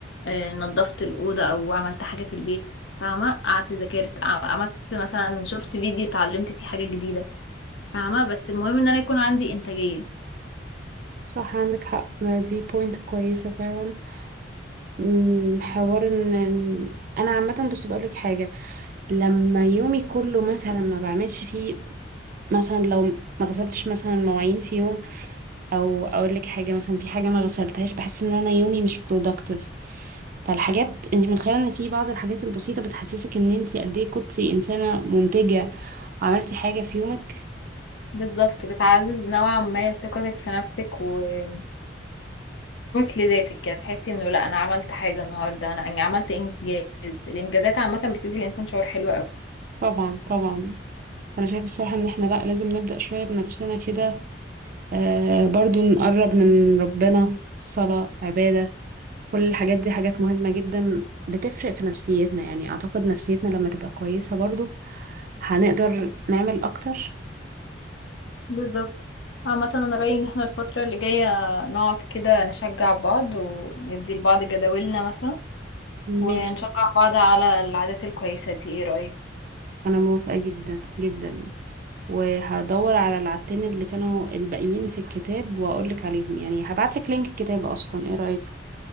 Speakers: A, on the left; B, on the right.
A: آه، نظفت الأوضة او عملت حاجة في البيت فاهمة قعدت ذاكرت ع- عملت مثلا شفت فيديو اتعلمت فيه حاجة جديدة فاهمة بس المهم ان انا يكون عندي إنتاجية
B: صح عندك حق ما دي بوينت كويسة فعلا مم، حوار ان إن- انا عامة بس بقول لك حاجة لما يومي كله مثلا ما بعملش فيه مثلا لو ما غسلتش مثلا المواعين في يوم او اقول لك حاجه مثلا في حاجه ما غسلتهاش بحس ان انا يومي مش productive فالحاجات انت متخيله ان في بعض الحاجات البسيطه بتحسسك ان انت قد ايه كنتي انسانه منتجه وعملتي حاجه في يومك
A: بالظبط بتعزز نوعا ما ثقتك في نفسك وباحترامك لذاتك كده تحسي انه لا انا عملت حاجة النهاردة انا أنا عملت انجاز الانجازات عامة بتدي الانسان شعور حلو قوي
B: طبعا طبعا انا شايفه الصراحه ان احنا لا لازم نبدا شويه بنفسنا كده آه برضو نقرب من ربنا صلاه عباده كل الحاجات دي حاجات مهمه جدا بتفرق في نفسيتنا يعني اعتقد نفسيتنا لما تبقى كويسه برضو هنقدر نعمل اكتر
A: بالظبط عامة أنا رأيي إن احنا الفترة اللي جاية نقعد كده نشجع بعض وندي لبعض جداولنا مثلا ونشجع
B: ماشي
A: بعض على العادات الكويسة دي ايه رأيك؟
B: انا موافقة جدا جدا وهدور على العدتين اللي كانوا الباقيين في الكتاب واقولك عليهم يعني هبعتلك لينك الكتاب اصلا ايه رأيك